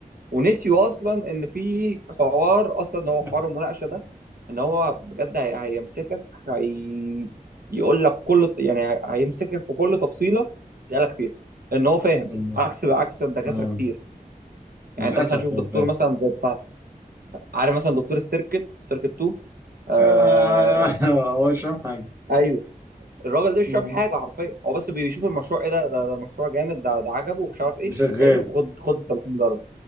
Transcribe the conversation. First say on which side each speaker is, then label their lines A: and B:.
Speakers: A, on the right; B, on the right.
A: ونسيوا اصلا ان في حوار اصلا هو
B: <laughs>
A: حوار المناقشه ده ان هو بجد هي- هيمسكك هي يقول لك كل يعني هي- هيمسكك في كل تفصيله يسالك فيها ان هو فاهم
B: والله
A: عكس عكس الدكاتره
B: اه
A: كتير
B: للاسف
A: يعني انت مثلا شوف
B: هو
A: دكتور
B: فاهم
A: مثلا زي بتاع عارف مثلا دكتور السيركت سيركت 2 آه
B: آه، <laughs> هو مش فاهم حاجه
A: ايوه الراجل ده مش
B: مم.
A: شايف حاجه حرفيا هو بس بيشوف المشروع ايه ده ده, ده مشروع جامد ده ده عجبه ومش عارف ايه
B: ده شغال
A: حلو خد خد ال 30 درجه